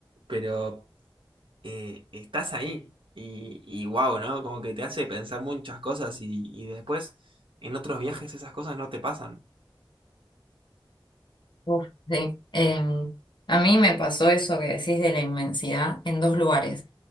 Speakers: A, on the right; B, on the left.
A: pero eh, estás ahí y, y wow, ¿no? Como que te hace pensar muchas cosas y, y después en otros viajes esas cosas no te pasan.
B: uf, sí. Eh, a mí me pasó eso que decís de la inmensidad en dos lugares.